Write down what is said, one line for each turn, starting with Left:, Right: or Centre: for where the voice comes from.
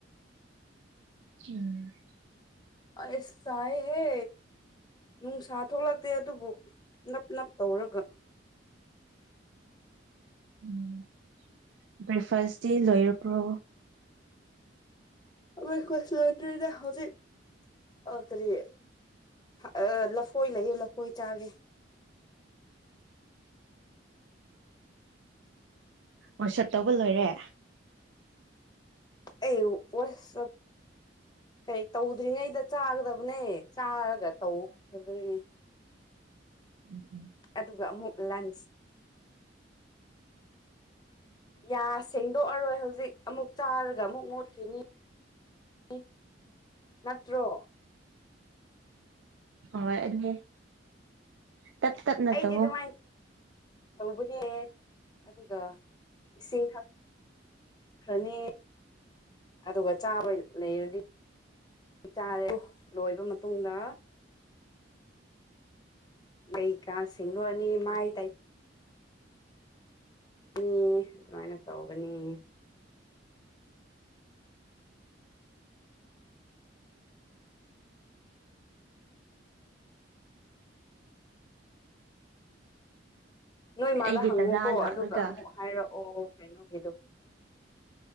Right: ꯎꯝ
Left: ꯑꯩꯁ ꯇꯥꯏꯌꯦꯍꯦ ꯅꯨꯡꯁꯥ ꯊꯣꯛꯂꯛꯇꯦ ꯑꯗꯨꯕꯨ ꯅꯞ ꯅꯞ ꯇꯧꯔꯒ
Right: ꯎꯝ ꯕ꯭ꯔꯦꯛꯐꯥꯁꯗꯤ ꯂꯣꯏꯔꯕ꯭ꯔꯣ
Left: ꯕ꯭ꯔꯦꯛꯐꯥꯁ ꯂꯣꯏꯗ꯭ꯔꯤꯗꯥ ꯍꯧꯖꯤꯛ ꯑꯥ ꯀꯔꯤ ꯑ ꯑ ꯂꯐꯣꯏ ꯂꯩꯌꯦ ꯂꯐꯣꯏ ꯆꯥꯒꯦ
Right: ꯑꯣꯁꯠ ꯇꯧꯕ ꯂꯣꯏꯔꯦ
Left: ꯑꯩ ꯋꯥꯠꯁ ꯆꯞ ꯀꯩ ꯇꯧꯗ꯭ꯔꯤꯉꯩꯗ ꯆꯥꯒꯗꯕꯅꯦ ꯆꯥꯔꯒ ꯇꯧꯒꯗꯣꯏꯅꯦ
Right: ꯎꯝ ꯎꯝ
Left: ꯑꯗꯨꯒ ꯑꯃꯨꯛ ꯂꯟꯁ ꯌꯥꯁꯦꯡ ꯇꯣꯛꯑꯔꯣꯏ ꯍꯧꯖꯤꯛ ꯑꯃꯨꯛ ꯆꯥꯔꯒ ꯑꯃꯨꯛ ꯃꯣꯠꯈꯤꯅꯤ ꯅꯤ ꯅꯠꯇ꯭ꯔꯣ
Right: ꯍꯣꯏ ꯑꯗꯨꯅꯦ ꯇꯞ ꯇꯞꯅ
Left: ꯑꯩꯗꯤ
Right: ꯇꯧꯋꯣ
Left: ꯑꯗꯨꯃꯥꯏꯟ ꯇꯧꯕꯅꯦ ꯑꯗꯨꯒ ꯏꯁꯤꯡ ꯊꯛ ꯈ꯭ꯔꯅꯤ ꯑꯗꯨꯒ ꯆꯥꯕ ꯂꯩꯔꯗꯤ ꯆꯥꯔꯦ ꯂꯣꯏꯕ ꯃꯇꯨꯡꯗ ꯂꯩ ꯀ ꯁꯦꯡꯗꯣꯛꯑꯅꯤ ꯃꯥꯥꯏ ꯇꯩ ꯅꯤ ꯑꯗꯨꯃꯥꯏꯅ ꯇꯧꯒꯅꯤ ꯅꯣꯏ ꯃꯥꯗ
Right: ꯑꯩꯒꯤ
Left: ꯍꯪꯉꯨꯀꯣ
Right: ꯗꯗꯥ ꯂꯥꯛꯂꯒ
Left: ꯑꯗꯨꯒ ꯑꯃꯨꯛ ꯍꯥꯏꯔꯛꯑꯣ ꯀꯩꯅꯣꯒꯤꯗꯣ